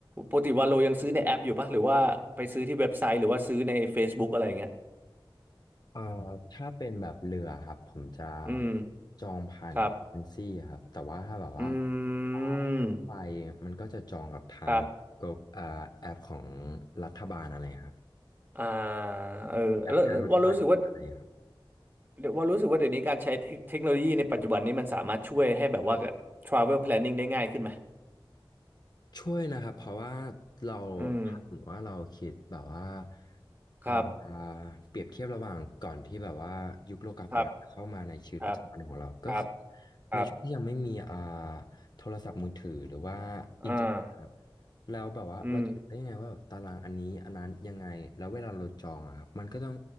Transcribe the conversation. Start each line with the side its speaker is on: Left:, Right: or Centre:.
Right: ปกติวันโลยังซื้อในแอปอยู่ปะหรือว่าไปซื้อที่เว็บไซต์หรือว่าซื้อใน Facebook อะไรอย่างเงี้ย
Left: เอ่อถ้าเป็นแบบเรือครับผมจะ
Right: อืม
Left: จองผ่านเอเจนซี่ครับแต่ว่าถ้าแบบว่า
Right: ครับ อืม
Left: อ่ารถไฟมันก็จะจองกับทางกบอ่าแอปของ
Right: ครับ
Left: รัฐบาลอะไรครับ
Right: อ่าเออแล้วแล้วว่ารู้สึกว่า
Left: แอปการลดไฟอะไรครับ
Right: เดี๋ยวว่ารู้สึกว่าเดี๋ยวนี้การใช้เทคเทคโนโลยีในปัจจุบันนี้มันสามารถช่วยให้แบบว่า travel planning ได้ง่ายขึ้นไหม
Left: ช่วยนะครับเพราะว่าเรา
Right: อืม
Left: ถ้าสมมติว่าเราคิดแบบว่าอ่า
Right: ครับ
Left: เปรียบเทียบระหว่างก่อนที่แบบว่ายุคโลกาภิวัตน์เข้ามาในชีวิตประจำวันของเราก็คือ
Right: ครับครับครับครับ
Left: ในช่วงที่ยังไม่มีอ่าโทรศัพท์มือถือหรือว่าอินเทอร์เน็ตครับ
Right: อ่า
Left: แล้วแบบว่าเราจะรู้ได้ยังไงว่าแบบตารางอันนี้อันนั้นยังไงแล้วเวลาเราจองอะครับมันก็ต้อง
Right: อืม